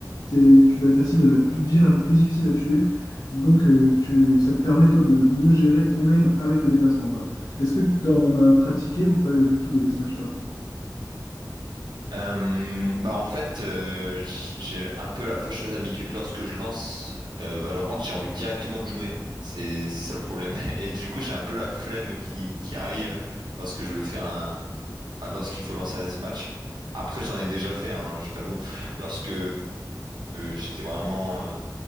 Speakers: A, on the left; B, on the right.
A: t'es- tu vas, ta cible, elle va être plus, dire, plus difficile à tuer. Donc euh, tu, ça te permet toi de mieux gérer ton aim avec le déplacement, quoi. Est-ce que tu en as pratiqué ou pas du tout des deathmatchs, toi?
B: Euh, bah en fait, euh, j- j'ai un peu la fâcheuse habitude, lorsque je lance euh, Valorant, j'ai envie directement de jouer. C'est c'est ça le problème. <laughs> Et du coup, j'ai un peu la flemme qui, qui arrive lorsque je veux faire un... enfin, lorsqu'il faut lancer un deathmatch. Après, j'en ai déjà fait, hein, je t'avoue. Lorsque j'étais vraiment... euh,